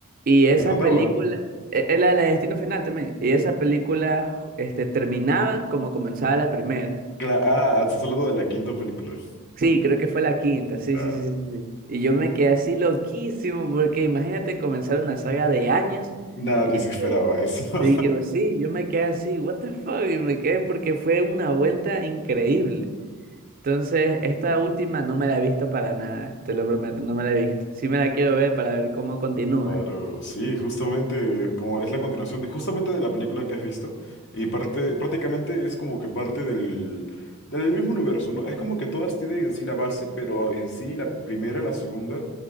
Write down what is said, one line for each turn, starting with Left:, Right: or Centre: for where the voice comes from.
Right: Y
Left: ¿De
Right: esa
Left: qué trataba?
Right: película, e- era la de Destino Final también, y esa película este, terminaba como comenzaba la primera.
Left: Cla- ah, estás hablando de la quinta película.
Right: Sí, creo que fue la quinta, sí,
Left: Claro.
Right: sí, sí, sí. sí. Y yo me quedé así loquísimo, porque imagínate comenzar una saga de años
Left: Nadie
Right: y
Left: se esperaba
Right: que...
Left: eso. <laughs>
Right: Y yo, sí, yo me quedé así, what the fuck, y me quedé porque fue una vuelta increíble. Entonces, esta última no me la he visto para nada, te lo prometo, no me la he visto. Sí me la quiero ver para ver cómo continúa.
Left: Claro, sí, justamente como es la continuación de justamente de la película que has visto y parte prácticamente es como que parte del del mismo universo, ¿no? Es como que todas tienen en sí la base, pero en sí la primera, la segunda